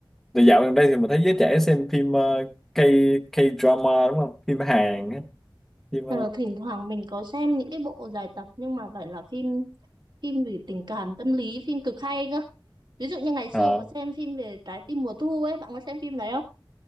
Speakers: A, in the centre; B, on the right.
A: Thì dạo gần đây thì mình thấy giới trẻ xem phim ờ, K K-drama đúng không? Phim Hàn á, phim
B: Ờ, thỉnh thoảng mình có xem những cái bộ dài tập nhưng mà phải là phim phim về tình cảm tâm lý phim cực hay cơ ví dụ như ngày xưa
A: uh,
B: có xem phim về trái tim mùa thu ấy bạn có xem phim đấy không